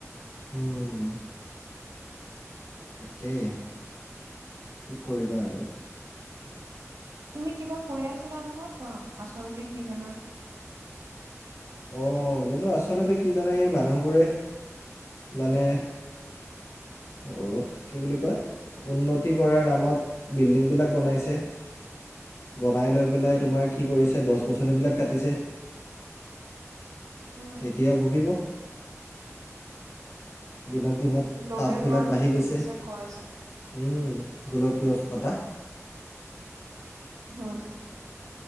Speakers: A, on the left; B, on the right.
A: উম। তাকেই, কি কৰিবা আৰু।
B: তুমি কিবা কৈ আছিলা নহয়? ক, আচলতে কি জানা
A: অ', বোলো আচলতে কি জানে এই মানুহবোৰে মানে ও, কি বুলি কয় উন্নতি কৰাৰ নামত বিল্ডিংবিলাক বনাইছে। বনাই লৈ পেলাই তোমাৰ কি কৰিছে? গছ গছনিবিলাক কাটিছে।
B: উম,
A: এতিয়া ভুগিব। দিনক দিনে
B: গ্ল'বেল
A: টাববিলাক
B: ৱাৰ্মিং
A: বাঢ়ি গৈছে,
B: বুলি যে কয় যে।
A: উম, গোলকীয় উষ্ণতা।
B: হয়।